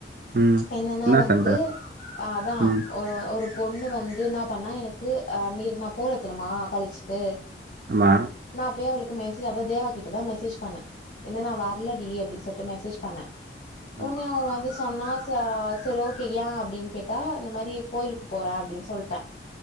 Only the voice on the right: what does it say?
ம்
என்ன
சண்ட
ம்
ஆமா
ம்